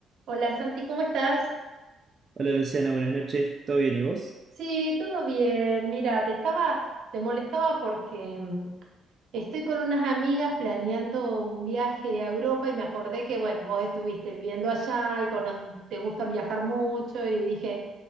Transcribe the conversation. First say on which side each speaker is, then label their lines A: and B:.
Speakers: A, on the right; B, on the right.
A: Hola Santi, ¿cómo estás?
B: Hola Luciana, buenas noches. ¿Todo bien y vos?
A: Sí, todo bien. Mira, te estaba, te molestaba porque mm, estoy con unas amigas planeando un viaje a Europa y me acordé que, bueno, vos estuviste viviendo allá y cono- te gusta viajar mucho y dije,